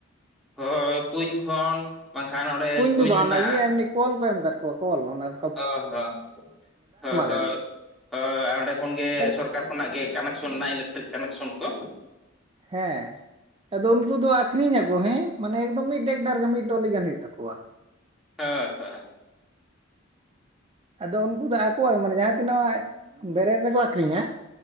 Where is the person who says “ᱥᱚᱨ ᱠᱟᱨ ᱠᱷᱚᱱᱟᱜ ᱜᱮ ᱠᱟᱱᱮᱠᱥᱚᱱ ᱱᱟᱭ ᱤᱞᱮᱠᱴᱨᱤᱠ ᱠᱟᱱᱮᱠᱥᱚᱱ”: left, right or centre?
Centre